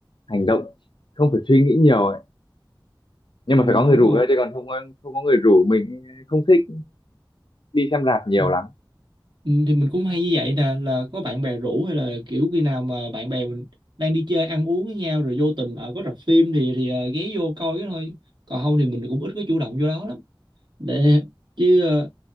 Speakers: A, on the left; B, on the right.
A: hành động không phải suy nghĩ nhiều ấy. nhưng
B: Ừ,
A: mà phải có người
B: đúng
A: rủ
B: rồi
A: thôi chứ còn không có- không có người rủ mình không thích đi xem rạp nhiều
B: Ừ.
A: lắm
B: Ừ, thì mình cũng hay như vậy nè là có bạn bè rủ hay là kiểu khi nào mà bạn bè mình đang đi chơi ăn uống với nhau rồi vô tình ở có rạp phim thì thì ờ, ghé vô coi cái thôi còn không thì mình cũng ít có chủ động vô đó lắm để chứ ờ,